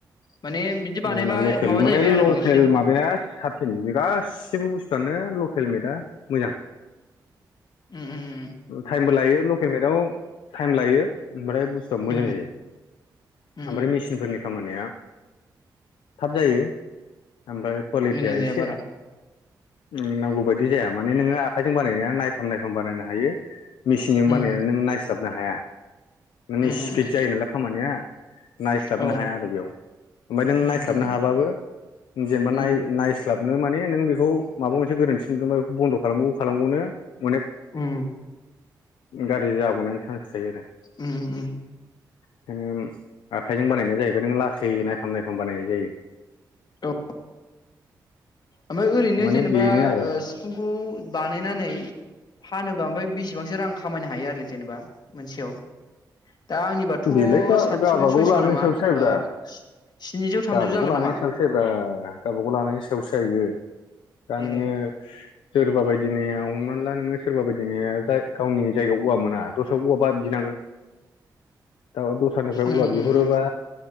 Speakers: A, on the left (about 60°); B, on the left (about 85°).
A: माने बिदि बानायबा
B: जोंना लकेल
A: माबा जाहैबाय
B: माने
A: आरो
B: लकेल
A: बांसिन
B: माबाया साबसिन गासिबो बुस्थुआनो लकेल बेदा मोजां।
A: उम उम
B: टाइमबो लायो हेलमेटआव टाइम लायो ओमफ्राय बुस्थुआ मोजां
A: उम
B: जायो
A: उम
B: ओमफ्राय मेसिनफोरनि
A: उम
B: खामानिया थाब जायो आमफाय कवालिटिया
A: मोजां जाया
B: एसे
A: बारा
B: उम नांगौ बायदि जायामा माने नोङो आखाइजों बानायनाया नायफाम नायफाम बानायनो हायो मेसिनजों
A: उम
B: बानायनानै नों नायस्लाब नो हाया माने
A: उम उम
B: स्पिड
A: उम
B: जायो नालाय खामानिया। नायस्लाबनो
A: औ
B: हाया आरो बेयाव ओमफ्राय नों
A: उम
B: नायस्लाबनो
A: उम
B: हाबाबो जेनेबा नाय
A: उम
B: नायस्लाबनो माने नों बे खौ माबा मोनसे गोरोन्थि नुदोंबा बेखौ बन्द खालाम खालाम गनो अनेक
A: उम
B: गाज्रि जाबावनायनि चान्स थायो आरो
A: उम उम उम
B: <unintelligible> आखाइजों बानायनाय जाहैबाय नों ला सै नायफाम नायफाम बानायनाय जायो।
A: औ ओमफ्राय ओरैनो
B: माने
A: जेनेबा
B: बेनो आरो
A: ओ सिफुंखौ बानायनानै फानोबा ओमफ्राय बेसेबांसो रां खामायनो हायो आरो जेनेबा मोनसेयाव दा आंनिबाथ'
B: बेलाय गा-गावाबा
A: सातस' सयस'
B: गाव लानायनि
A: नामा
B: सायावसो जायोब्रा
A: ओ स्निजौ थामजौ
B: गावाबा
A: जागोन
B: गाव लानायनि
A: नामा
B: सायावसो जब्रा गावबाागाव लानायनि सायावसो बायगोन दा नोङो
A: ए
B: सोरबा बायदिनाया हमनानै ला नोङो सोर औवाबादिनो जाय गावनि जायगायाव औवा मोना दस्रायाव औवाबा बिनांगोन। औ दस्रानिफ्राय औवा
A: उम
B: बिहरोबा
A: उम उम